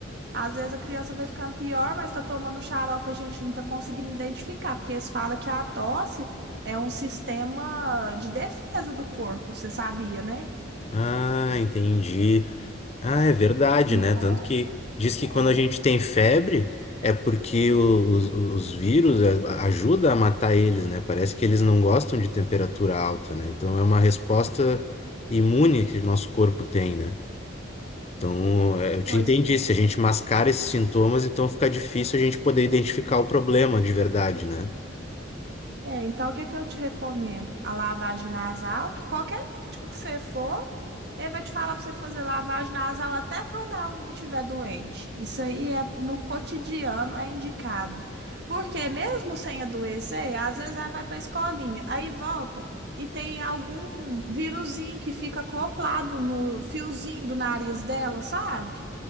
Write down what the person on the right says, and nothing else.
Às vezes a criança vai ficando pior, mas está tomando xarope, a gente não está conseguindo identificar, porque eles falam que a tosse é um sistema de defesa do corpo, você sabia, né?
Então,
é,
pois
é, então o que é que eu te recomendo? A lavagem nasal, que qualquer médico que você for, Ele vai te falar para você fazer lavagem nasal até quando ela não estiver doente. Isso aí é no cotidiano é indicado. Porque mesmo sem adoecer, às vezes ela vai para a escolinha, aí volta e tem algum vírusinho que fica acoplado no fiozinho do nariz dela, sabe?